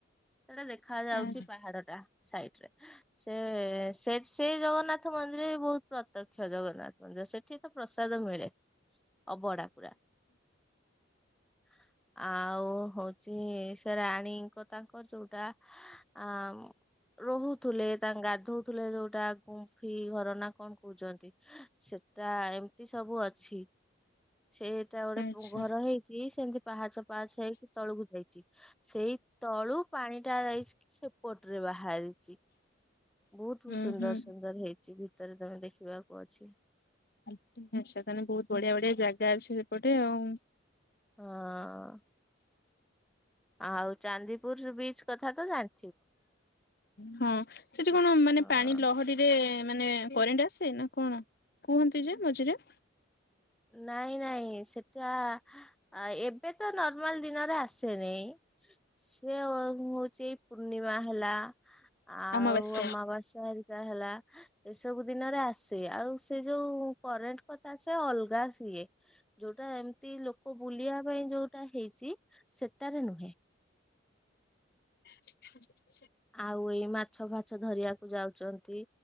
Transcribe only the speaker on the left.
ଆଚ୍ଛା
ଆଚ୍ଛା
ହୁଁ
ହୁଁ।
ଆଚ୍ଛା ତାହେଲେ ବହୁତ ବଢିଆ ବଢିଆ ଜାଗା ଅଛି ସେପଟେ ଆଉ।
ହଁ, ସେଠି କଣ ମାନେ
ପାଣି ଲହରୀରେ ମାନେ କରେଣ୍ଟ ଆସେ ନା କଣ, କୁହନ୍ତି ଯେ ମଝିରେ
ଅମାବାସ୍ୟା
ଆ <unintelligible>